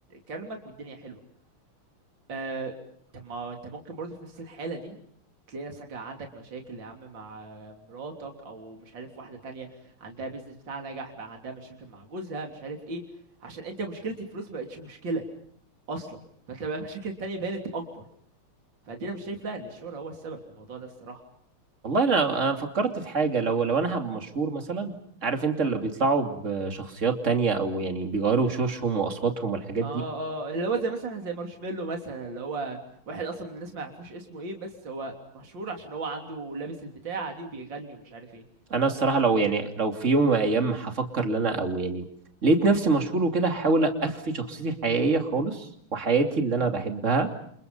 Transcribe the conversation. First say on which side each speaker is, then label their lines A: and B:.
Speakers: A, on the right; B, on the right.
A: كرمك والدنيا حلوة آه، طب ما انت ممكن برضو في نفس الحالة دي تلاقي نفسك عندك مشاكل يا عم مع مراتك او مش عارف واحدة تانية عندها بيزنس بتاعها نجح بقى عندها مشاكل مع جوزها مش عارف ايه عشان انت مشكلة الفلوس ما بقتش مشكلة اصلا فانت بقى المشاكل التانية بانت اكبر فدي انا مش شايف لا ان الشهرة هو السبب في الموضوع ده الصراحة
B: والله انا انا فكرت في حاجه لو لو انا هبقى مشهور مثلا عارف انت
A: اه
B: اللي بيطلعوا بشخصيات تانية او يعني بيغيروا وشوشهم واصواتهم والحاجات
A: اه
B: دي
A: اه اللي هو زي مثلا زي مارشميلو مثلا اللي هو واحد اصلا من الناس ما يعرفوش اسمه ايه بس هو مشهور عشان هو عنده لابس البتاعة دي وبيغني ومش عارف ايه
B: انا الصراحه لو يعني لو في يوم من الايام هفكر ان انا او يعني لقيت نفسي مشهور وكده هحاول اخفي شخصيتي الحقيقيه خالص وحياتي اللي انا بحبها